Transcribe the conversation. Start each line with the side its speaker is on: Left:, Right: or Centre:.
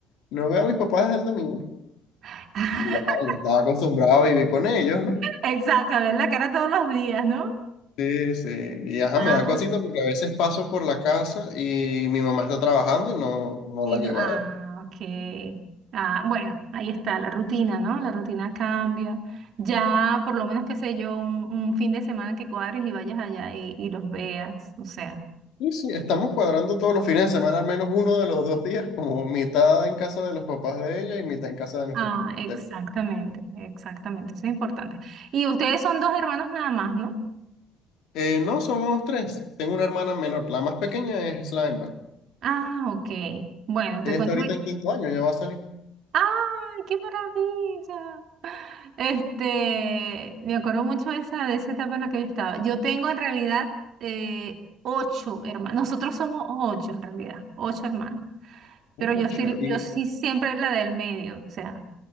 Left: no veo a mis papás desde el domingo.
Right: <laughs>
Left: Y ya, yo estaba acostumbrado a vivir con ellos, ¿no?
Right: Exacto, a ver la cara todos los días, ¿no?
Left: Sí, sí. Y ajá,
Right: Ah,
Left: me da cosita porque a veces paso por la casa y mi mamá está trabajando y no, no
Right: sí,
Left: la llego
Right: no, ah,
Left: a ver.
Right: ok. Ah, bueno, ahí está la rutina, ¿no? La rutina cambia. Ya, por lo menos, qué sé yo, un, un fin de semana que cuadres y vayas allá y, y los veas, o sea.
Left: Sí, sí, estamos cuadrando todos los fines de semana, al menos uno de los dos días, como mitad en casa de los papás de ella y mitad en casa de nuestros
Right: Ah,
Left: papás.
Right: exactamente,
Left: de-
Right: exactamente, eso es importante. Y ustedes son dos hermanos nada más, ¿no?
Left: Eh, no, somos tres. Tengo una hermana menor. La más pequeña es la hembra.
Right: Ah, ok. Bueno, te
Left: Ella
Right: cuento.
Left: está ahorita en quinto año, ya va a salir.
Right: ¡Ay, qué maravilla! Este, me acuerdo mucho de esa, de esa etapa en la que yo estaba. Yo tengo en realidad eh, ocho hermanos. Nosotros somos ocho en realidad, ocho hermanos.
Left: Mucho.
Right: Pero yo estoy,
Left: Y...
Right: yo sí siempre la del medio, o sea,